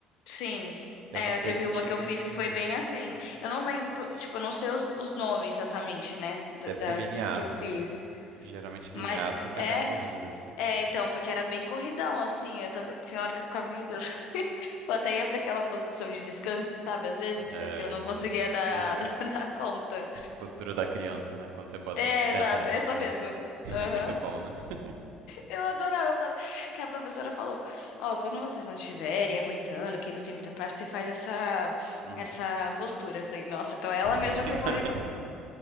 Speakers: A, on the left (about 75°); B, on the right (about 80°).
A: Sim.
B: Eu
A: É,
B: não sei
A: eu teve
B: que
A: uma
B: tipo
A: que eu fiz
B: de.
A: que foi bem assim. Eu não lembro, tipo, eu não sei os, os nomes exatamente, né? d-
B: Deve
A: Das
B: ser vinyasa.
A: que eu fiz.
B: Geralmente vinyasa
A: Mas
B: que
A: é,
B: é mais corrida, assim.
A: É, então, porque era bem corridão, assim. Eu, tanto- tinha hora que eu ficava, meu Deus. <laughs> Eu até ia pra aquela posição de descanso, sabe, às vezes,
B: É.
A: porque eu não conseguia dar,
B: Uhum.
A: <laughs> dar conta.
B: Postura da criança, né? Quando você bota,
A: É,
B: senta
A: exato,
B: no calcanhar.
A: essa mesmo.
B: <laughs>
A: Aham.
B: É muito bom, né? <laughs>
A: Eu adorava fa- que a professora falou: Ó, quando vocês não estiverem aguentando, quem não tem muita prática, você faz essa,
B: Uhum.
A: essa postura. Eu falei: Nossa, então é ela
B: <laughs>
A: mesma que eu vou